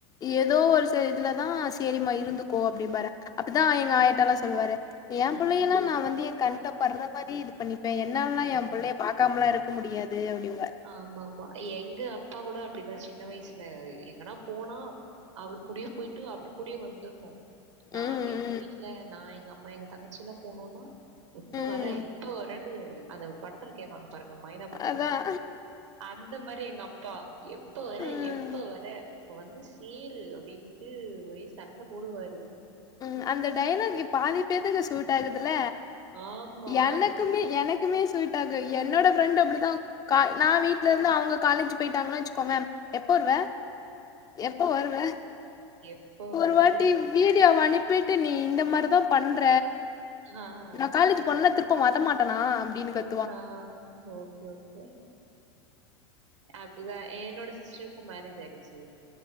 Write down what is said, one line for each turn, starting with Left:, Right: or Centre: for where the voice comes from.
Left: ஏதோ ஒரு சில இதுலதா சேரிமா இருந்துக்கோ அப்டின்பார அப்டிதா எங்க ஆயட்டல்லா சொல்லுவாரு என்
Right: ம், ம்.
Left: பிள்ளையல்லா நா வந்து என் கண்ல பட்ற மாரி இது பண்ணிப்பே என்னாலல்லா
Right: ஆ
Left: என் பிள்ளைய பாக்காமலா இருக் க்க முடியாது அப்டின்பா
Right: ஆமா ஆமா எங்க அப்பா கூட அப்படிதா சின்ன வயசுல எங்கனா போனா அவர் கூடியே போய்ட்டு அவர் கூடியே வந்துன்னு
Left: அதா
Right: நாங்க
Left: ம்
Right: எங்க வீட்ல நா எங்க அம்மா எங்க தங்கச்சில்லா போனோனா எப்ப
Left: ம்
Right: வர எப்ப வரன்னு அந்த படத்துல கேப்பாங்க பாருங்க மைனா படத்துல
Left: அதான்.
Right: அந்த மாரி எங்க அப்பா எப்ப வர
Left: ம்,
Right: எப்ப வர இப்ப வந்து சேரு அப்டின்ட்டு ஒரே சண்ட போடுவாரு
Left: ம் அந்த டையலாகு பாதி பேத்துக்கு சூட் ஆகுதுல
Right: ஆமா.
Left: எனக்குமே எனக்குமே ஸுட் ஆகு என்னோட ஃப்ரெண்ட் அப்டிதா கா நா வீட்ல இருந்து அவுங்க காலேஜ் போயிட்டாங்கன்னு வச்சுக்கோவ எப்ப வருவ எப்ப வருவ
Right: எப்ப
Left: ஒருவாட்டி
Right: வர?"
Left: வீட் ந்தி அவ அனுப்பிட்டு நீ இந்த மாரி தா பண்ற
Right: ஆ,
Left: நா காலேஜ்
Right: ஆ.
Left: போனா திரு மாட்ட மாட்டனா அப்டின்னு கத்
Right: ஆ ஓகே ஓகே அப்டிதா என்னோட சிஸ்டருக்கு மேரேஜ் ஆயிடுச்சு